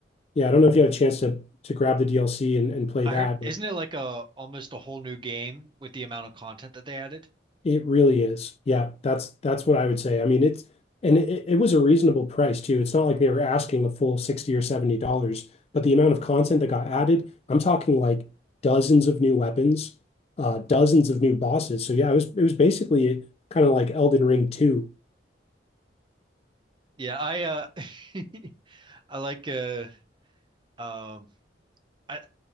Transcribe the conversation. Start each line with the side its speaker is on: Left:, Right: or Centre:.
Left: yeah, I don't know if you had a chance to to grab the DLC and, and play
Right: I
Left: that.
Right: heard, isn't it like a almost a whole new game with the amount of content that they added?
Left: It really is. Yeah, that's that's what I would say. I mean, it's and it, it was a reasonable price too. It's not like they were asking a full 60 or 70 dollars, but the amount of content that got added, I'm talking like dozens of new weapons, uh dozens of new bosses. So yeah, it was it was basically kind of like Elden Ring 2.
Right: Yeah, I uh <laughs> I like uh um I